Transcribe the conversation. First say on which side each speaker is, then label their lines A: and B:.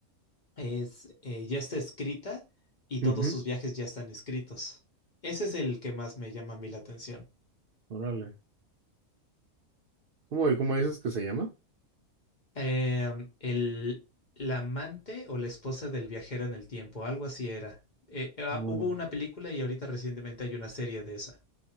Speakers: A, on the left (about 40°); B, on the right (about 65°).
A: es, eh, ya está escrita y todos
B: ujú,
A: sus viajes ya están escritos. Ese es el que más me llama a mí la atención.
B: Órale. ¿Cómo, cómo dices que se llama?
A: Em, el, la amante o la esposa del viajero en el tiempo, algo así era. Eh, ah,
B: Órale.
A: hubo una película y ahorita recientemente hay una serie de esa.